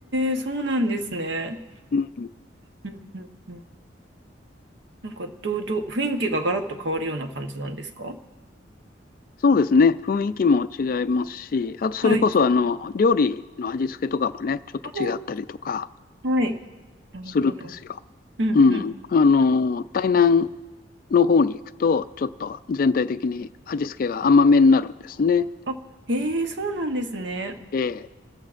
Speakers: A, on the right; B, on the left.
A: ー、そうなんですね。
B: うん、
A: うんうんうん。なんかどう、どう、雰囲気がガラッと変わるような感じなんですか
B: そうですね、雰囲気も違いますし、あとそれこそあの料理の味付けとかもね、
A: はい。
B: ちょっと違ったりとか
A: あはい。なるほど。
B: するんですよ。
A: うんうんうんうん。
B: うん、あの、台南の方に行くと、ちょっと全体的に味付けが甘めになるんですね。
A: あ、えー、そうなんですね。
B: ええ